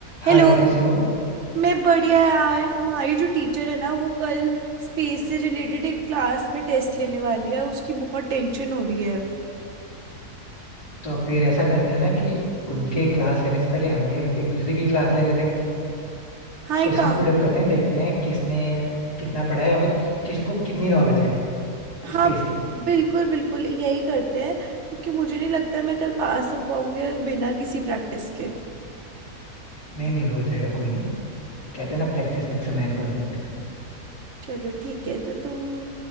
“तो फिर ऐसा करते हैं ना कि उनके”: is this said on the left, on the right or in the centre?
Left